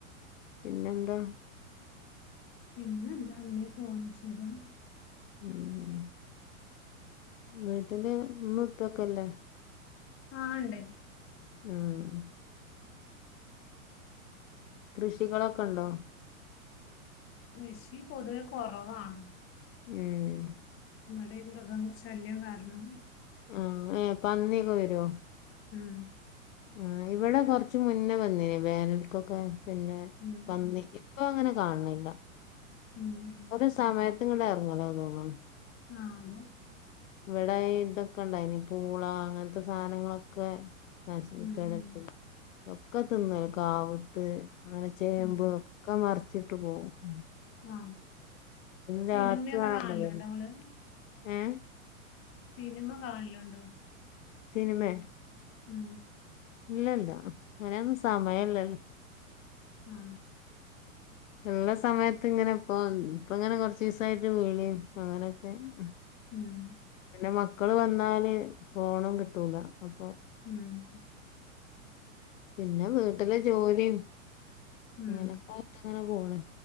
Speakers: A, on the left; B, on the left.
A: പിന്നെ എന്താ.
B: പിന്നെ എന്താ അങ്ങനേ പോണ് സുഖം.
A: ഉം ഉം വീട്ട്ല് മ്മിം ഉപ്പ്യൊക്കെല്ലേ
B: ആഹ് ഇണ്ട്
A: ആഹ് ആഹ് കൃഷികളൊക്കെ ഇണ്ടോ.
B: കൃഷി പൊതുവെ കൊറവാണ്.
A: ഏഹ്
B: ഇവടെ ഈ മൃഗങ്ങളെ ശല്യം കാരണം.
A: ആഹ് ഏഹ് പന്നിയൊക്കെ വെരോ
B: ഉം.
A: ആഹ് ഇവടെ കൊർച്ച് മുന്നെ വന്നീനിം വേനൽക്കൊക്കെ പിന്നെ
B: ഉം
A: പന്നി.
B: ഉം
A: ഇപ്പൊ അങ്ങനെ കാണണില്ല.
B: ഉം ഉം ഉം
A: ഒരു സമയത്ത് ഇങ്ങണ്ട് എറങ്ങലാ തോന്ന്ണ്
B: ആഹ് അതെ.
A: ഇവടെ ഈ ഇതൊക്കെ ഇണ്ടായ്നിം പൂള അങ്ങൻത്തെ സാനങ്ങളൊക്കെ. നശിപ്പിക്കാണ്
B: ഉം ഉം
A: പിന്നെ ഇതൊക്കെ തിന്നാണ് കാവ്ത്ത് അത്‌പോലെ ചേമ്പ്
B: ഉം
A: ഒ ഒക്കെ മറിച്ചിട്ട് പോവും ഉം.
B: ആഹ്
A: രാത്രിയാണല്ലോ
B: സിനിമ്യൊക്കെ കാണല്ണ്ടൊ
A: വര
B: ഇങ്ങള്.
A: ഏ
B: സിനിമ കാണല്ണ്ടോ.
A: സിനിമെ.
B: ഉം.
A: ഇല്ലല്ല അയ്നെഒന്നും സമയല്ലല്ലോ.
B: ആ
A: ഇള്ള സമയത്ത് ഇങ്ങനെ ഇപ്പൊ ഇപ്പ ഇങ്ങനെ കൊർച്ചീസായിട്ട് വിളിം അങ്ങനെയൊക്കെ അഹ് ഉം
B: ഉം.
A: പിന്നെ മക്കള് വന്നാല് ഫോണും കിട്ടൂല അപ്പൊ.
B: ഉം.
A: പിന്നെ വീട്ടിലെ ജോലിം അങ്ങനെയൊക്കായിട്ട്
B: ഉം
A: ഇങ്ങനെ പോണ്